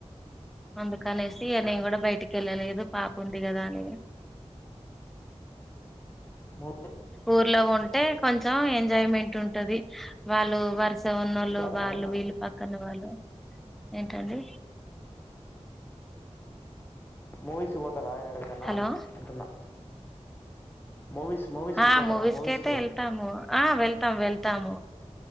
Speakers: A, in the centre; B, on the left.
A: అందుకనేసి ఇగ నేను కూడా బయటికి వెళ్ళలేదు పాప ఉంది కదా అని ఇగా
B: మొ తే
A: ఊర్లో ఉంటే కొంచెం ఎంజాయ్మెంట్ ఉంటది వాళ్ళు వరుస స ఉన్నో ళ్ళు
B: పోతారా
A: వాళ్ళు
B: ఏమన్నా
A: వీళ్ళు పక్కన వాళ్ళు ఏంటండి
B: మూవీస్ కి పోతర ఏడి కన్నా
A: హలో
B: అంటున్నా మూవీస్ మూవీస్కి
A: ఆ
B: పోతారా
A: మూవీస్కైతే
B: మూవీస్కు
A: ఎళ్తాము ఆ వెళ్తామ్ వెళ్తాము